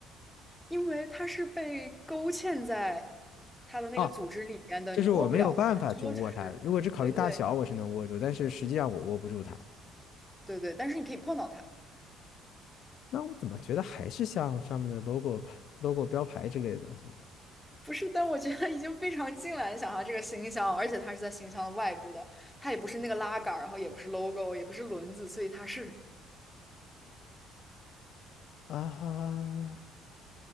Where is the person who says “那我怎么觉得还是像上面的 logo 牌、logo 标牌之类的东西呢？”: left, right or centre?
Left